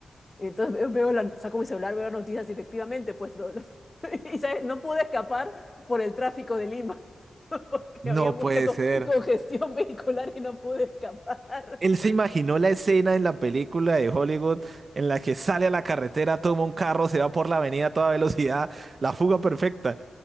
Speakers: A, on the left; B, on the right.
A: Entonces veo, veo la- saco mi celular, veo las noticias, y efectivamente, pues lo, lo- <laughs> y ¿sabes? no pude escapar por el tráfico de Lima, <laughs> porque
B: No
A: había mucha
B: puede
A: co-
B: ser.
A: congestión <laughs> vehicular y no pude escapar.
B: Él se
A: <laughs>
B: imaginó la escena en la película de Hollywood en la que sale a la carretera, toma un carro, se va por la avenida a toda velocidad, la fuga perfecta.